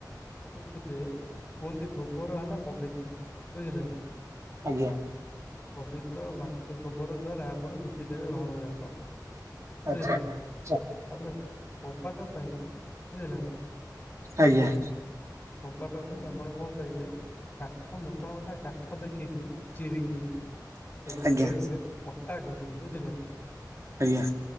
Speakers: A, on the left; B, on the right.
A: ସବୁ ଥିବେ କୁଅନ୍ତି ଗୋବୋରୋ ହେଲା ପବିତ୍ର ବୁଝିଲେ ନା।
B: ଆଜ୍ଞା।
A: ପବିତ୍ର ମାଟି ଗୋବୋରୋ ଦ୍ଵାରା ଆପଣ ନିପି ଦେବେ ଘର ଯାଙ୍କ।
B: ଆଚ୍ଛା।
A: ବୁଝିଲେନା ତାପରେ
B: ଆଚ୍ଛା
A: କବାଟ ପାଇଁ ବୁଝିଲେ ନା।
B: ଆଜ୍ଞା।
A: କବାଟ ପାଇଁ ଆପଣ କଁ କରିବେ କାଠ ମୋଟା ମୋଟା କାଠ ଦେଖିକି ଚିରିକି ତାକୁ
B: ଆଜ୍ଞା
A: ପ୍ଲେନରେ ପଟା କରିବେ ବୁଝିଲେନା।
B: ଆଜ୍ଞା।